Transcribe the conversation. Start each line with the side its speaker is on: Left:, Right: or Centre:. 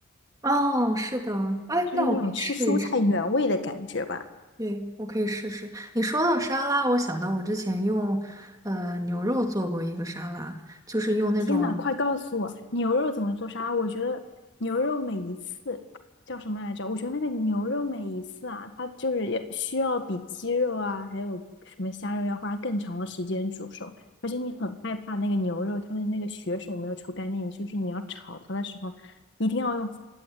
Right: 哦，是的，哎，
Left: 就是那种吃蔬菜原味的感觉吧。
Right: 那我可以试一试，对，我可以试试。你说到沙拉，我想到我之前用呃牛肉做过一个沙拉，就是用那种
Left: 天呐，快告诉我牛肉怎么做沙拉？我觉得牛肉每一次叫什么来着？我觉得那个牛肉每一次啊，它就是要需要比鸡肉啊，还有什么虾肉要花更长的时间煮熟，而且你很害怕那个牛肉它的那个血水没有除干净，就是你要炒它的时候，一定要用，